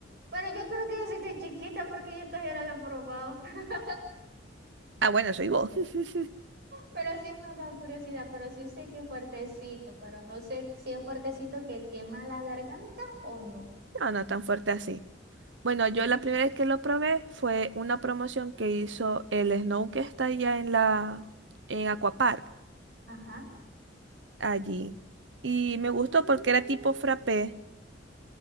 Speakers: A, on the right; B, on the right.
A: Pero yo creo que yo sí estoy chiquita porque yo todavía no lo he probado. <laughs>
B: Ah, bueno, soy vos. <laughs>
A: Pero sí me ha dado curiosidad. Pero sí sé que es fuertecito. Pero no sé si es fuertecito que quema la garganta o no.
B: No, no tan fuerte así. Bueno, yo
A: Sí.
B: la primera vez que lo probé fue una promoción que hizo el Snow que está allá en la en Aquapark,
A: Ajá.
B: allí. Y me gustó
A: Mm,
B: porque era tipo frappé